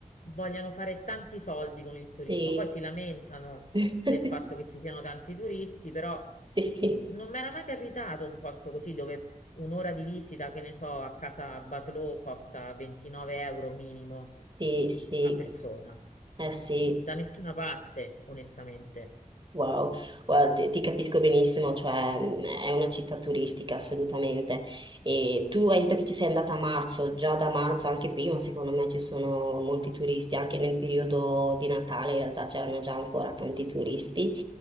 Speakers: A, on the left; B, on the right.
A: vogliano fare tanti soldi con il turismo,
B: Sì.
A: poi si lamentano
B: <laughs>
A: del fatto che ci siano tanti turisti, però
B: Sì,
A: non mi era mai capitato un posto così dove un'ora di visita, che ne so, a casa Batlló costa 29 euro minimo
B: sì, sì.
A: a persona.
B: Eh
A: Eh,
B: sì.
A: da nessuna parte, onestamente.
B: Wow, guarda, ti, ti capisco benissimo, cioè mh, è una città turistica assolutamente. E tu hai detto che ci sei andata a marzo, già da marzo, anche prima, secondo me ci sono molti turisti, anche nel periodo di Natale in realtà c'erano già ancora tanti turisti.